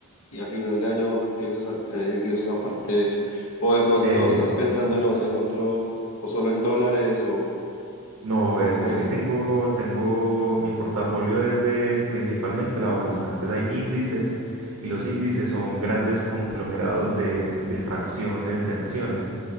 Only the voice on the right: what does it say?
Eh,
No,
es,
es
que tengo, tengo, mi portafolio es de principalmente la bolsa. antes hay índices y los índices son grandes conglomerados de, de fracciones de acciones.